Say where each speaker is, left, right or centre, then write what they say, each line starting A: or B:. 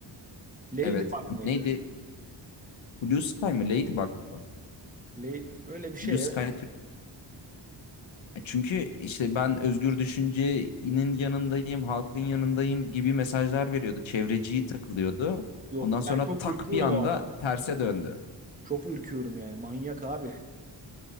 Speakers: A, on the right; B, on the left.
A: Ladybug
B: Evet, bu
A: mıydı?
B: neydi? Blue Sky mı? Ladybug mı?
A: Lay- Böyle bir şey
B: Blue Sky
A: evet.
B: Türk- E, çünkü işte ben özgür düşüncenin yanındayım, halkın yanındayım gibi mesajlar veriyordu. Çevreciyi takılıyordu.
A: Yok.
B: Ondan sonra
A: Ben çok
B: tak
A: ürküyorum
B: bir anda
A: o adam.
B: terse döndü.
A: Çok ürküyorum yani. Manyak abi.